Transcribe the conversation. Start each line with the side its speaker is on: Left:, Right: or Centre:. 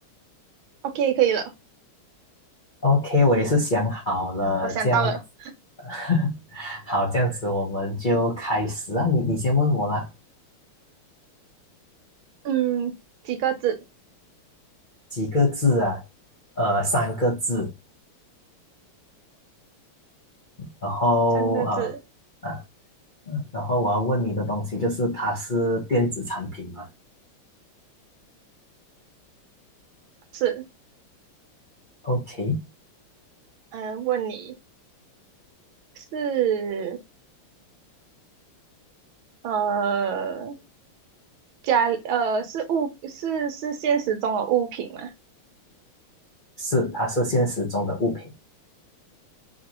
Right: ，OK，可以了，
Left: OK，我也是想好了，
Right: 我想到了。
Left: 这样子，<laughs> 好，这样子我们就开始啊。你你先问我啦，
Right: 嗯，几个字？
Left: 几个字啊？呃，三个字。然后呃啊
Right: 三个字。
Left: 嗯，然后我要问你的东西就是它是电子产品吗
Right: 是，
Left: ？OK，
Right: 嗯、呃问你是呃家呃是物是是现实中的物品吗？
Left: 是，它是现实中的物品。